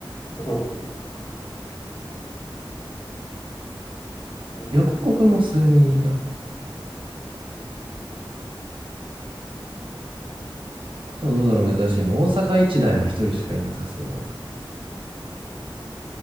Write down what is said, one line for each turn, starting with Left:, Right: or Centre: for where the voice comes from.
Left: モモコゼクさん。モや
Right: 横国も数人いるな。あとはどうだろう、珍しいの。大阪一大も一人しかいなさそうだな。